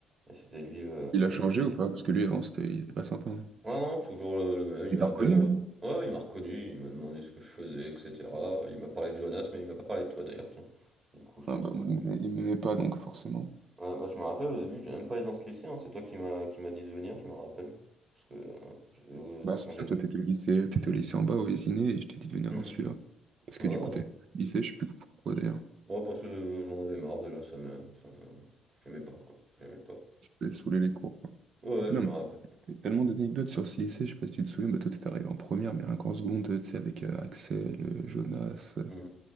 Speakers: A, on the right; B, on the right.
A: et c'était lui, euh,
B: Il
A: c'était
B: a changé
A: lui.
B: ou pas? Parce que lui, avant, c'était, il était pas sympa. hein.
A: Ouais, non, toujours le, le même, il
B: Il
A: m'a
B: t'a
A: à
B: reconnu,
A: peine. re-
B: non?
A: Ouais, il m'a reconnu, il m'a demandé ce que je faisais, etc. Il m'a parlé de Jonas, mais il m'a pas parlé de toi d'ailleurs, tiens. Du coup, je
B: Ah,
A: pense
B: bah,
A: que.
B: moi, il m'aimait il m'aimait pas, donc forcément.
A: Ouais, bah, je me rappelle au début, je devais même pas aller dans ce lycée, hein, C'est toi qui m'a qui m'a dit de venir, je me rappelle. Parce que euh, je- euh,
B: Bah,
A: c'est
B: c'est
A: quand
B: ça,
A: j'étais.
B: toi, t'étais au lycée, euh, t'étais au lycée en bas, au Vésinet, et je t'ai dit de venir
A: Hmm.
B: dans celui-là. Parce
A: Ouais,
B: que du
A: ouais,
B: coup, t'allais au lycée, je sais plus pourquoi d'ailleurs.
A: Ouais, parce que euh, j'en avais marre déjà, ça me. Ça me... J'aimais pas, quoi. J'aimais pas.
B: T'avais saoulé les cours. quoi.
A: Ouais,
B: Non,
A: je me
B: mais
A: rappelle.
B: il y a tellement d'anecdotes sur ce lycée, je sais pas si tu te souviens, mais toi, t'étais arrivé en première, mais rien qu'en seconde, tu sais, avec euh, Axel, euh, Jonas. euh,
A: Hmm.